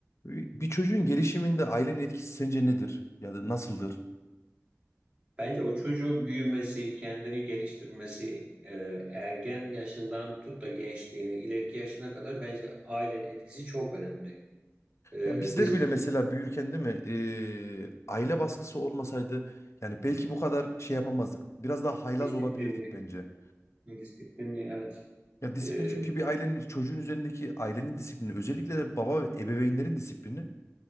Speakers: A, on the left; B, on the right.
A: Bir çocuğun gelişiminde ailenin etkisi sence nedir? Ya da nasıldır?
B: Bence o çocuğun büyümesi, kendini geliştirmesi, e, ergen yaşından tut da gençliğine, ileriki yaşına kadar bence ailenin etkisi çok önemli. E,
A: Ya bizler
B: bizim
A: bile mesela büyürken değil mi? eee, aile baskısı olmasaydı yani belki bu kadar şey yapamazdık. Biraz daha haylaz
B: disiplinli,
A: olabilirdik bence.
B: disiplinli evet.
A: Ya disiplin
B: E,
A: çünkü bir ailenin çocuğun üzerindeki ailenin disiplini özellikle de baba ve ebeveynlerin disiplini